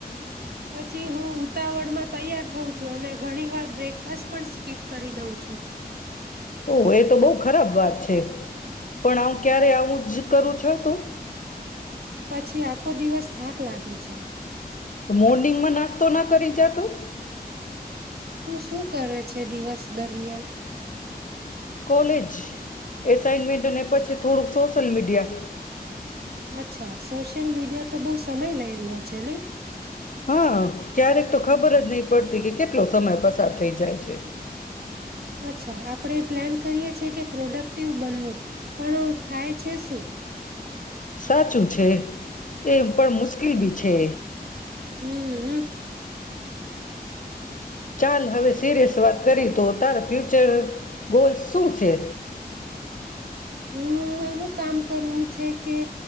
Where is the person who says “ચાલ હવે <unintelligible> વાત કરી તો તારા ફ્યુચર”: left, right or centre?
Left